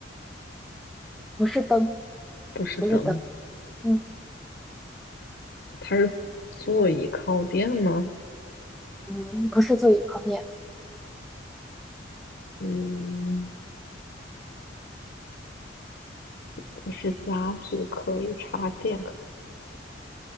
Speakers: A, in the centre; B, on the left.
A: 不是灯，
B: 不是灯，
A: 不是灯，嗯
B: 它是座椅靠垫吗？
A: 嗯，不是座椅靠垫
B: 嗯，不是家具，可以插电。